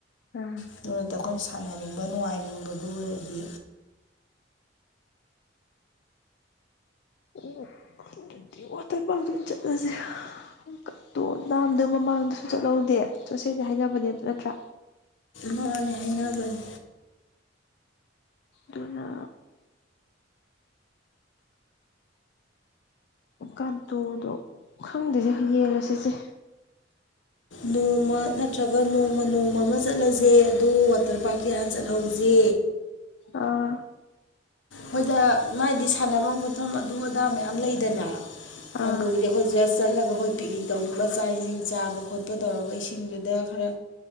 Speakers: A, on the left; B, on the left.
A: ꯑ
B: ꯑꯗꯨꯔꯗꯤ ꯑꯩꯈꯣꯏꯅ ꯁꯥꯟꯅꯅꯤꯡꯕ ꯅꯨꯡꯉꯥꯏꯅꯤꯡꯕꯗꯨ ꯑꯣꯏꯔꯗꯤ
A: ꯎ ꯑꯗꯨꯗꯤ ꯑꯇꯣꯏ ꯄꯥꯡꯇꯣꯏꯅ ꯆꯠꯂꯁꯀ ꯇꯣꯟ ꯅꯥꯝꯗ ꯃꯃꯥꯡꯗ ꯆꯣꯠꯍꯧꯗꯦ ꯆꯠꯁꯦꯡꯗꯤ ꯍꯥꯏꯅꯕꯅꯦꯕ ꯅꯠꯇ꯭ꯔꯥ
B: ꯃꯥꯅꯦ ꯍꯥꯏꯅꯕꯅꯤ
A: ꯗꯨꯅ ꯀꯥꯟꯇꯣꯗꯣ ꯈꯪꯗꯦꯗ ꯌꯦꯡꯉ ꯁꯤꯁꯦ
B: ꯅꯣꯡꯃ ꯅꯠꯇ꯭ꯔꯒ ꯅꯣꯡꯃ ꯅꯣꯡꯃ ꯑꯃ ꯆꯠꯂꯁꯦ ꯑꯗꯨ ꯋꯥꯇꯔ ꯄꯥꯔꯀꯤ ꯍꯥꯟ ꯆꯠꯍꯧꯁꯦ
A: ꯑꯥ
B: ꯍꯣꯏꯗ ꯃꯥꯏꯗꯤ ꯁꯥꯟꯅꯕꯝ ꯈꯣꯠꯐꯝ ꯑꯗꯨ ꯑꯗꯥ ꯃꯌꯥꯝ ꯂꯩꯗꯅ
A: ꯑꯥ
B: ꯀꯥꯡꯇꯒꯤꯗꯤ ꯑꯩꯈꯣꯏ ꯖꯁ ꯆꯠꯂꯒ ꯑꯩꯈꯣꯏ ꯄꯤꯛꯅꯤꯛ ꯇꯧꯅꯤꯡꯕ ꯆꯥꯛ ꯏꯁꯤꯡ ꯆꯥꯕ ꯈꯣꯠꯄ ꯀꯩꯗꯧꯔꯒ ꯏꯁꯤꯡꯗꯨꯗ ꯈꯔ